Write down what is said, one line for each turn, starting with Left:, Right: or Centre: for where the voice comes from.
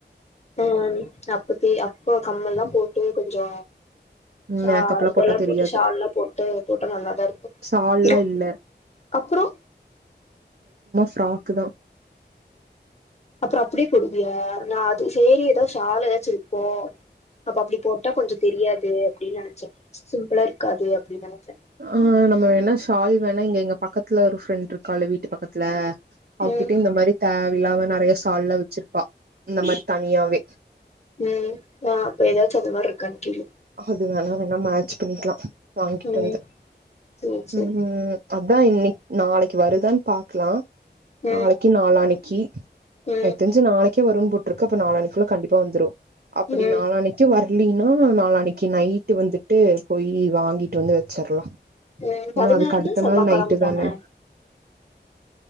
Left: ம் அப்ப பெ அப்ப கம்மல் தா போட் டு கொஞ்சொ ஷா
Right: மேக்கப்லா
Left: இதெல்லாம்
Right: போட்டா தெரியாது
Left: போட்டு ஷால்லா போட்டு போட்டா நல்லாதா இருக்கு
Right: ஷால்லா
Left: இருக்
Right: இல்ல
Left: அப்றொ
Right: ப்ராக்கு தா
Left: அப்றொ அப்டியே போடுவியா நா அது சேரி எதா ஷால் எதாச்சிருக்கு அப்ப அப்டி போட்டா கொஞ்ச தெரியாது அப்டின் நெனச்சே சிம்பிளா இருக்காது அப்டி நெனச்சே
Right: ஆ நம்ம வேணா ஷால் வேணா இங்க எங்க பக்கத்துல ஒரு ஃப்ரெண்ட்ருக்கால்ல வீட்டு பக்கத்ல அவ்க்கிட்ட
Left: ம்
Right: இந்த மாரி தேவல்லாவ நெறைய சால்லா வச்சுரு ப்பா இந்த மாரி தனியாவே
Left: ம் ஆ அப்ப எதாச்சு அந்தமார்ருக்கான் கேளு
Right: அது வேணா வேணா மேட்ச் பண்ணிக்கலா வாங்கிட்டு
Left: ம்
Right: வந்து
Left: சேரி சேரி
Right: ம்ஹ் அதா இன்னிக் நாளைக்கு வருதான்னு பாக்கலா
Left: ம்
Right: நாளைக்கு நாலானைக் கி
Left: ம்
Right: எத்தஞ்சு நாளைக்கு கு வரும்ன் புற்றுக்கு அப்ப நால அணிக்குள்ள கண்டிப்பா வந்துடு அப்டி
Left: ம்
Right: நாளனைக்கு வர லினா நா நாளனைக் இன்னைக்கு நைட்டு வந்துட்டு போய் வாங்கிட்டு வந்து வச்சர்லா
Left: ம் பதினாறுனா
Right: ஏன்னா அதுக்கு அடுத்த
Left: செவ்வாகழம
Right: நாள் நைட்டு
Left: தானே
Right: தான